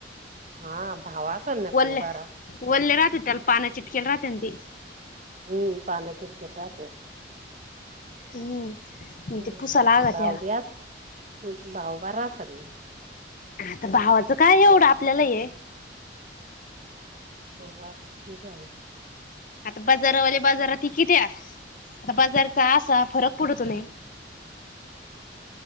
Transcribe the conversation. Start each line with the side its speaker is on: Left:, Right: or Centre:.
Right: हा. भाव असेल ना मग
Left: ले
Right: बारा
Left: उल्ले राहतते अल पाान चिटकेला राहते ती.
Right: हम् पाण च शेट रा ते.
Left: हम्म.
Right: ह
Left: ते पुसा लागा
Right: भाव्या
Left: त्या
Right: भाव बारा ल.
Left: आता भावाचं काय एवढं आपल्याला ये
Right: हो असते का?
Left: आता बाजारावाले बाजाराताती किती्या. आता बाजारचा असा फरक पडू तुही-